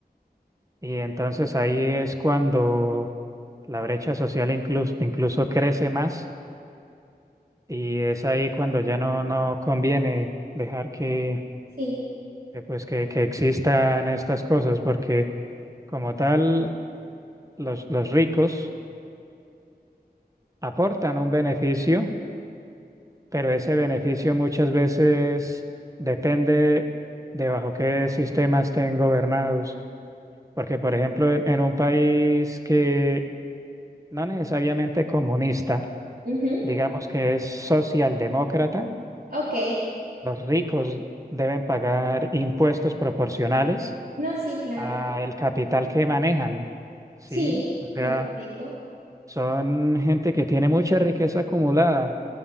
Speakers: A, on the right; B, on the right.
A: Y entonces ahí es cuando la brecha social incluso, incluso crece más y es ahí cuando ya no, no conviene dejar que
B: sí,
A: que, pues que, que existan estas cosas, porque como tal, los, los ricos aportan un beneficio, pero ese beneficio muchas veces depende de bajo qué sistema estén gobernados. Porque, por ejemplo, en, en un país que no necesariamente comunista,
B: ujú,
A: digamos que es socialdemócrata,
B: Ok,
A: los ricos deben pagar impuestos proporcionales
B: no, sí, claro,
A: al capital que manejan, ¿sí?
B: sí,
A: O sea,
B: lo correcto,
A: Son gente que tiene mucha riqueza acumulada